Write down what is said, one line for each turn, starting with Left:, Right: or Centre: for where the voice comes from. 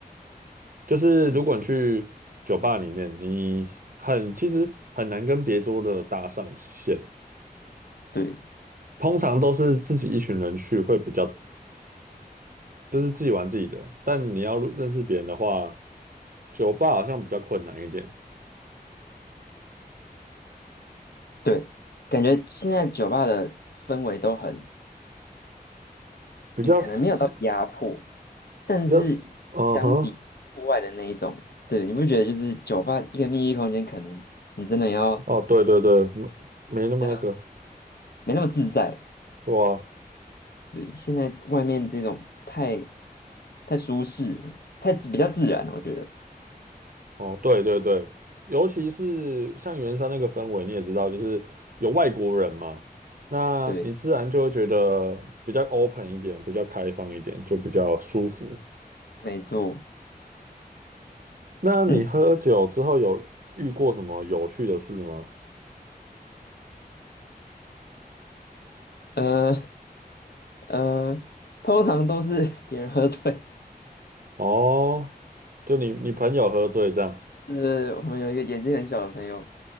Right: 就是如果你去酒吧里面，你很其实很难跟别桌的搭上线，
Left: 对
Right: 通常都是自己一群人去会比较，就是自己玩自己的。但你要认识别人的话，酒吧好像比较困难一点，
Left: 对，感觉现在酒吧的氛围都很
Right: 比较死，
Left: 也可能没有到压迫，但是
Right: 比较死，嗯哼，
Left: 相比户外的那一种，对，你不觉得就是酒吧一个秘密闭空间，可能你真的要
Right: 哦，对对对，没没那么那个，
Left: 比较没那么自在。
Right: 对啊，
Left: 对，现在外面这种太太舒适了，太自比较自然了，我觉得。
Right: 哦，对对对，尤其是像圆山那个氛围，你也知道，就是有外国人嘛，那你自然就会觉得比较
Left: 对，
Right: open 一点，比较开放一点，就比较舒服。
Left: 没错。
Right: 那你喝酒之后有遇过什么有趣的事吗？
Left: 嗯，呃呃，通常都是 <laughs> 别人喝醉。
Right: 哦，就你你朋友喝醉这样，
Left: 就是我们有一个眼睛很小的朋友，